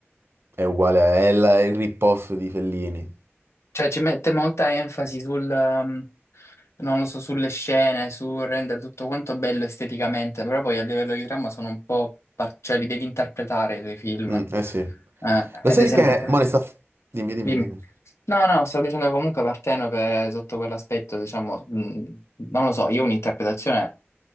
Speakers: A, on the right (about 60°); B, on the left (about 75°).
A: è uguale, è il, è il rip-off di Fellini.
B: cioè, ci mette molta enfasi sul, ehm, non lo so, sulle scene, su rendere tutto quanto bello esteticamente, però poi a livello di trama sono un po' par- cioè li devi interpretare i tuoi film.
A: Mm,
B: Eh,
A: eh sì.
B: ad
A: Lo sai
B: esempio,
A: che
B: poi-
A: mo ne sta... f- Dimmi, dimmi,
B: dimmi.
A: dimmi.
B: No, no, sto dicendo comunque Partenope sotto quell'aspetto, diciamo, mh, non lo so, io un'interpretazione